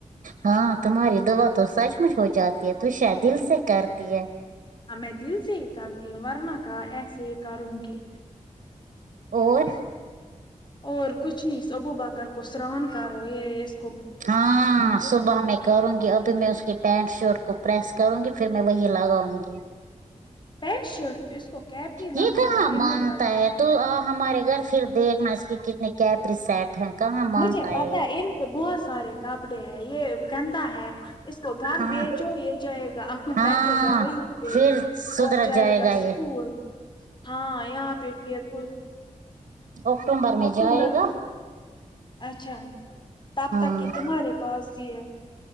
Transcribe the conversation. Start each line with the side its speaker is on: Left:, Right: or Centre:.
Right: ہاں تمہاری دعا تو سچ مچ ہو جاتی ہے تو شاید دل سے کرتی ہے
Left: ہ میں دل سے ہی کرتی ہوں ورنہ کا ایسے ہی کروں گی
Right: اور
Left: ج اور کچنی ابو بکر کو سران کرو یہس
Right: ہاں صبح میں کروں گی ابھی میں اس کی پینٹ شرٹ کو پریس کروں گی پھر میں وہی لگاؤں گی
Left: پینٹ شرٹ کی اس کو کیپری لگو
Right: یہ کہاں
Left: اور
Right: مانتا
Left: انر لگو
Right: ہے تو ہمارے گھر پھر دیکھنا اس کی کتنے کیا پریسٹ ہے
Left: مجھے پتا
Right: یہ
Left: ہے ان کو بہت سارے کپڑے ہے یہ گندا ہے اس کو گھر
Right: ہاں
Left: بھیجو یہ جائے گا
Right: ہاں
Left: بیٹھے گا وہیں پہ
Right: پھر سدھر
Left: اور جائے گا اسکول
Right: یہ
Left: ہاں یہاں پہ <unintelligible>
Right: اکتوم بر میں
Left: اکتوبر
Right: جائے گا
Left: اچھا تب
Right: ہاں
Left: تک کہ تمہارے پاس یہ ہے